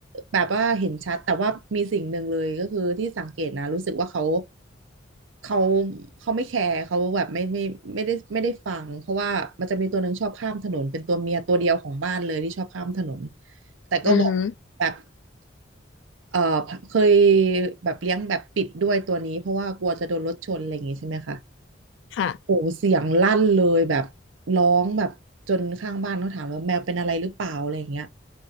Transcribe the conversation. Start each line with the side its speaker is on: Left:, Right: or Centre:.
Right: แบบว่าเห็นชัดแต่ว่ามีสิ่งหนึ่งเลยก็คือที่สังเกตนะรู้สึกว่าเขาเขาเขาไม่แคร์เขาแบบไม่ไม่ไม่ได้ไม่ได้ฟังเพราะว่ามันจะมีตัวหนึ่งชอบข้ามถนนเป็นตัวเมียตัวเดียวของบ้านเลยที่ชอบข้ามถนนแต่ก็บอกแบบ
Left: อือฮึ
Right: เออเคยแบบเลี้ยงแบบปิดด้วยตัวนี้เพราะว่ากลัวจะโดนรถชนอะไรอย่างงี้ใช่ไหมคะ
Left: ค่ะ
Right: โอ้เสียงลั่นเลยแบบร้องแบบจนข้างบ้านเขาถามว่าแมวเป็นอะไรหรือเปล่าอะไรอย่างเงี้ย